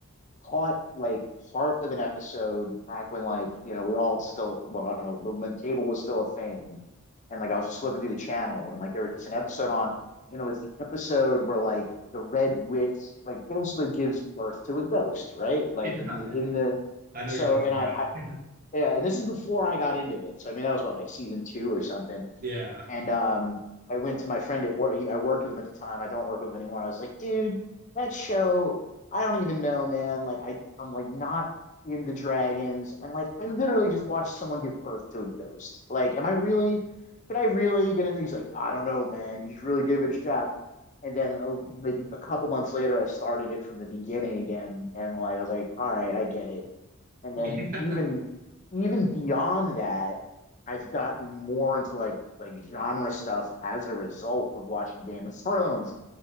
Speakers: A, on the left; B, on the right.
A: caught like part of an episode back when like you know we all still well I don't know when cable was still a thing, and like I was just flipping through the channel and like there was just an episode on, and it was the episode where like the Red Witch like basically gives birth to a ghost, right? Like
B: Yeah,
A: in the in the
B: I know
A: so
B: what you're talking
A: and I,
B: about.
A: I yeah, and this is before I got into it. So I mean that was what like season two or something.
B: <laughs> Yeah.
A: And um, I went to my friend at work. I worked with him at the time. I don't work with him anymore. I was like, dude, that show, I don't even know, man. Like, I, I'm like not into dragons. And like, I literally just watched someone give birth to a ghost. Like, am I really, could I really get into? it? He's like, I don't know, man. You should really give it a shot. And then a, like a couple months later, I started it from the beginning again. And like, I was like, all right, I get it and
B: <laughs> Yeah,
A: then even even beyond that, I've gotten more into like like genre stuff as a result of watching Game of Thrones.